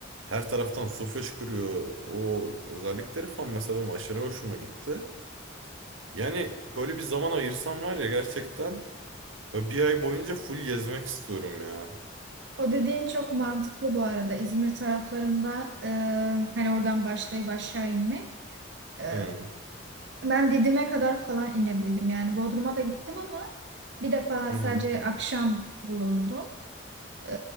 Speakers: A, on the right; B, on the right.
A: her taraftan su fışkırıyor. O özellikleri falan mesela benim aşırı hoşuma gitti. Yani böyle bir zaman ayırsam var ya gerçekten böyle bir ay boyunca full gezmek istiyorum ya.
B: O dediğin çok mantıklı bu arada. İzmir taraflarında e, hani oradan başlayıp aşağı inmek. E,
A: Hı
B: ben Didim'e kadar falan inebildim. Yani Bodrum'a da gittim ama bir defa
A: hı
B: sadece
A: hı
B: akşam bulundum. E,